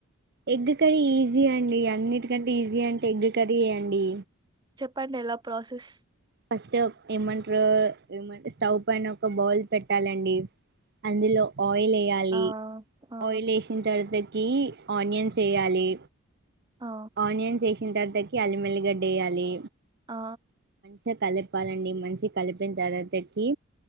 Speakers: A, on the right; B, on the right.
A: ఎగ్ కర్రీ ఈజీ అండి అన్నిట్ కంటే ఈజీ అంటే ఎగ్ కర్రీ ఏయండి
B: చెప్పండి ఎలా ప్రాసెస్
A: ఫస్ట్ ఏమంట్రూ స్టవ్ పైన ఒక బౌల్ పెట్టాలండి అందులో ఆయిల్ వేయాలి
B: ఆ ఆ
A: ఆయిల్ వేసిన తర్వాత కి ఆనియన్స్ వేయాలి
B: ఆ
A: ఆనియన్స్ వేసి చిన్నగా తరిగి అల్లి మల్లి గడ్డ వేయాలి
B: ఆ
A: మంచి గకలపాలండి మంచి కలిపిన తర్వాతకి